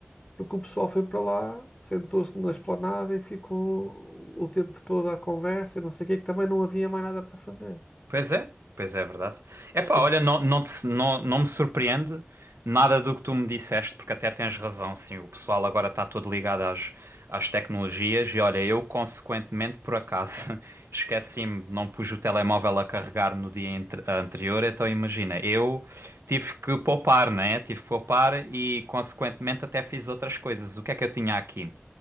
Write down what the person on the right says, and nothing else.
Pois é, pois é, é verdade. Epá,
olha, não, não, te- não, não me surpreende Nada do que tu me disseste, porque até tens razão, sim. O pessoal agora está todo ligado às, às tecnologias e olha, eu consequentemente, por acaso, <laughs> esqueci-me, não pus o telemóvel a carregar no dia entre- anterior, então imagina, eu tive que poupar, né? Tive que poupar e consequentemente até fiz outras coisas. O que é que eu tinha aqui?